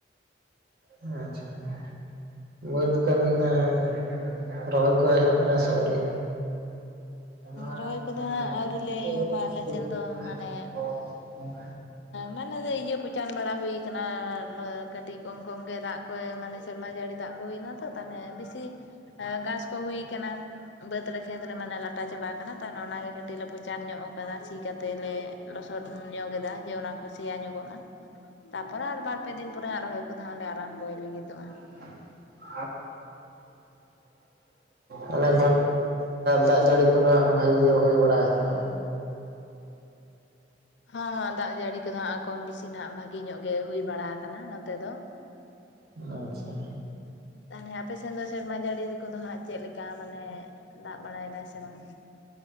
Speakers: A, on the right; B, on the left.
A: ᱟᱪᱪᱷᱟ ᱵᱟᱹᱛ ᱠᱟᱹᱢᱤ ᱮᱸ ᱨᱚᱦᱚᱭ ᱠᱚ ᱮᱦᱚᱵ ᱱᱟ ᱥᱮ ᱟᱹᱣᱨᱤ <unintelligible>
B: ᱨᱚᱦᱚᱭ ᱠᱚᱫᱚ ᱦᱟᱸᱜ ᱟᱹᱣᱨᱤ ᱞᱮ ᱮᱦᱚᱵᱟ ᱟᱞᱮ ᱥᱮᱱ ᱫᱚ ᱢᱟᱱᱮ ᱢᱟᱱᱮ ᱫᱚ ᱤᱭᱟᱹ ᱯᱚᱪᱟᱱ ᱵᱟᱲᱟ ᱦᱩᱭᱠᱟᱱᱟ ᱠᱟᱹᱴᱤᱡ ᱠᱚᱢ ᱠᱚᱢ ᱥᱚᱸᱜᱮ ᱫᱟᱜ ᱠᱚ ᱢᱟᱱᱮ ᱥᱮᱨᱢᱟ ᱡᱟᱹᱲᱤ ᱫᱟᱜ ᱠᱚ ᱦᱩᱭ ᱮᱱᱟ ᱛᱚ᱾ ᱛᱟᱦᱚᱞᱮ ᱵᱤᱥᱤ ᱜᱷᱟᱥ ᱠᱚ ᱦᱩᱭ ᱟᱠᱟᱱᱟ᱾ ᱵᱟᱹᱛ ᱨᱮ, ᱠᱷᱮᱛ ᱨᱮ ᱢᱟᱱᱮ ᱞᱟᱴᱟ ᱪᱟᱵᱟ ᱟᱠᱟᱱᱟ ᱛᱮ ᱚᱱᱟᱜᱮ ᱠᱟᱹᱴᱤᱡ ᱞᱮ ᱯᱚᱪᱟᱱ ᱧᱚᱜ ᱠᱟᱫᱟ ᱥᱤ ᱠᱟᱛᱮ ᱞᱮ ᱞᱚᱥᱚᱫ ᱧᱚᱜᱮᱫᱟ ᱡᱮ ᱚᱱᱟ ᱠᱚ᱾ ᱥᱤᱭᱟ ᱧᱚᱜᱚᱜ ᱢᱟ᱾ ᱛᱟᱯᱚᱨᱮ ᱟᱨ ᱵᱟᱨ ᱯᱮ ᱫᱤᱱ ᱯᱚᱨᱮ ᱦᱟᱸᱜ ᱨᱚᱦᱚᱭ ᱠᱚᱫᱚ ᱦᱟᱸᱜ ᱞᱮ ᱟᱨᱟᱢᱵᱚᱭ ᱞᱟᱹᱜᱤᱫᱚᱜᱼᱟ᱾
A: <unintelligible> ᱦᱚᱞᱟ ᱫᱟᱜ ᱡᱟᱹᱲᱤ ᱠᱚᱫᱚᱣᱟᱜ ᱵᱷᱟᱹᱜᱤ ᱜᱮ ᱦᱩᱭ ᱵᱟᱲᱟ ᱟᱠᱟᱱᱟ᱾
B: ᱦᱚᱸ ᱦᱚᱸ ᱫᱟᱜ ᱡᱟᱹᱲᱤ ᱠᱚᱫᱚ ᱦᱟᱸᱜ ᱠᱚᱢ ᱵᱤᱥᱤ ᱱᱟᱜ ᱵᱷᱟᱹᱜᱤ ᱧᱚᱜ ᱜᱮ ᱦᱩᱭ ᱵᱟᱲᱟ ᱟᱠᱟᱱᱟ ᱱᱚᱛᱮ ᱫᱚ᱾
A: ᱟᱪᱪᱷᱟ
B: ᱛᱟᱦᱚᱞᱮ ᱟᱯᱮ ᱥᱮᱱ ᱫᱚ ᱥᱮᱨᱢᱟ ᱡᱟᱹᱲᱤ ᱠᱚᱫᱚ ᱦᱟᱸᱜ ᱪᱮᱫ ᱞᱮᱠᱟ ᱢᱟᱱᱮ ᱫᱟᱜ ᱵᱟᱲᱟᱭ ᱫᱟᱭ ᱥᱮ ᱵᱟᱝᱟ?